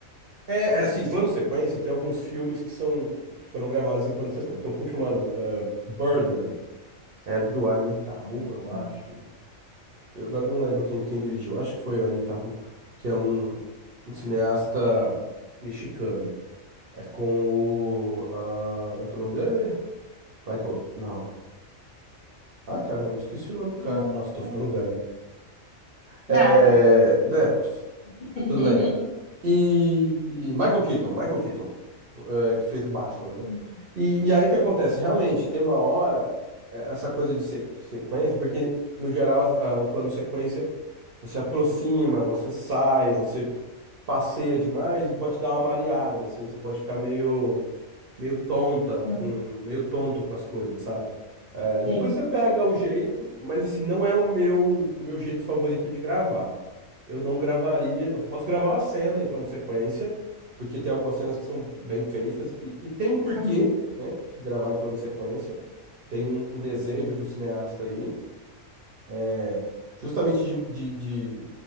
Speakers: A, on the right (about 55°); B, on the left (about 45°).
A: É, é assim, plano sequência, tem alguns filmes que são, que foram gravados em plano sequência. Tem um filme chamado eh, Birdman. É do Anita Rua,
B: Hum,
A: eu acho. Eu agora não lembro quem, quem dirigiu, acho que foi o Anitaru, que é um, um cineasta mexicano. É com o. ah, como é que é o nome dele? Michael. Não. Ai, caramba, esqueci o nome do cara.
B: Nossa.
A: Nossa, tô ficando velho. É.
B: Nada.
A: né,
B: <laughs>
A: Tudo bem. E Michael Keaton, Michael Keaton, eh, que fez o Batman,
B: Hum,
A: né? E, e aí o que acontece? Realmente, tem uma hora, eh, essa coisa de se- sequência, porque no geral ah, o plano sequência você aproxima, você sai, você passeia demais e pode dar uma mareada, assim, você pode ficar meio meio tonta
B: hum,
A: com meio tonto com as coisas, sabe? É, depois
B: Sim.
A: você pega o jeito, mas assim, não é o meu o meu jeito favorito de gravar. Eu não gravaria, eu posso gravar uma cena em plano sequência, porque tem algumas cenas que são bem feitas e, e tem um porquê,
B: Uhum.
A: né, de gravar em plano sequência. Tem um, um desejo do cineasta aí, é, justamente de, de, de-